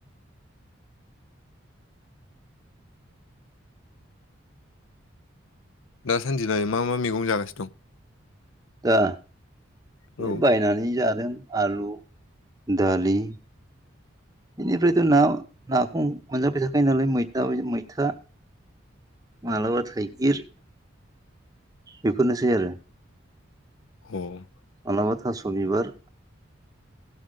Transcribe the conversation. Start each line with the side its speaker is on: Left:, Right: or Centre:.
Left: दाासानदिबाय मा मा मैगं जागानो दं।
Right: दा बे
Left: दं?
Right: बायनानै जादों आलु दालि बेनिफ्रायथ' ना नाखौ मोनजाबाय थाखायो नालाय मैथा मैथा। मलाबा ह गिर बेफोरनोसै आरो।
Left: <unintelligible>
Right: माबलाबाथा सबिबार